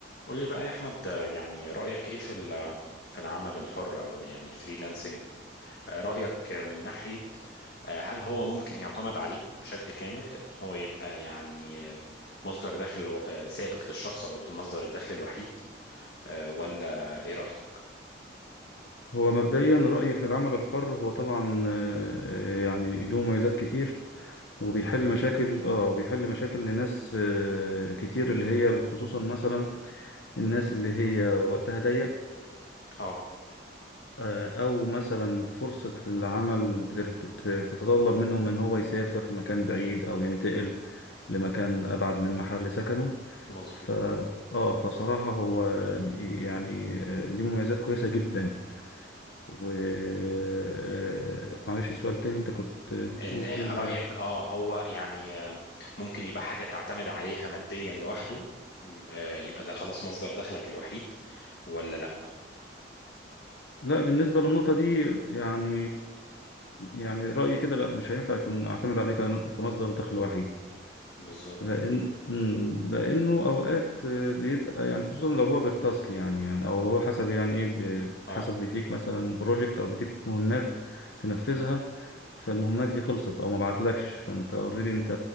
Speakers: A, on the left; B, on the left.
A: قول لي بقى يا احمد آه، يعني رايك ايه في ال- في العمل الحر او ال- يعني الفريلانسنج آه، رايك من ناحيه آه، هل هو ممكن يعتمد عليه بشكل كامل ان هو يبقى يعني آه، مصدر دخل آه، ثابت للشخص او مصدر الدخل الوحيد آه، ولا ايه رايك
B: هو مبدئيا رأيي في العمل الحر هو طبعا آه، يعني له مميزات كتير وبيحل
A: بالظبط
B: مشاكل اه وبيحل مشاكل لناس آه، كتير اللي هي خصوصا مثلا الناس اللي هي وقتها ضيق
A: اه
B: آه، او مثلا فرصة العمل بتر- بت- بتتطلب منهم ان هو يسافر مكان بعيد او ينتقل لمكان ابعد من محل سكنه
A: مظبوط
B: ف اه فصراحة هو يعني آه، ليه مميزات كويسة جدا و آه، معلش السؤال تاني انت كنت بتقول
A: ان رايك اه هو يعني آه، ممكن يبقى حاجه تعتمد عليها ماديا لوحده م- آه، يبقى ده خلاص مصدر دخلك الوحيد ولا لا
B: لا بالنسبة للنقطة دي يعني يعني رأيي كده لا مش هينفع يكون أعتمد
A: مم.
B: عليه كن- كمصدر دخل وحيد
A: بالظبط
B: لأن مم، لأنه أوقات آه، بيبقى يعني خصوصا لو هو بالتاسك يعني يعني أو هو حسب يعني إيه ب-
A: اه
B: حسب بيديك مثلا بروجكت أو بيديك مهمات تنفذها فالمهمات دي خلصت أو ما بعتلكش فأنت أوريدي أنت